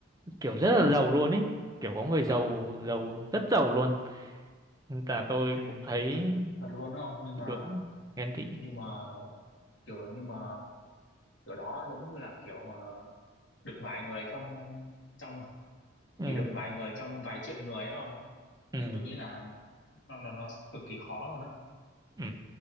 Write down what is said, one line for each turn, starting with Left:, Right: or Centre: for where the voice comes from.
Right: kiểu rất
Left: ôi
Right: là giàu luôn ấy kiểu có người giàu
Left: thật
Right: giàu rất giàu luôn Nên là tôi
Left: ừ,
Right: cũng thấy
Left: thật thật luôn đó ông nhưng mà
Right: hướng ghen tị
Left: nhưng mà kiểu nhưng mà kiểu đó giống như là kiểu mà được vài người trong trong
Right: ừ,
Left: chỉ được vài người trong vài triệu người á ông
Right: ừ,
Left: nên tôi nghĩ là nó nó nó cực kỳ khó luôn á
Right: ừ.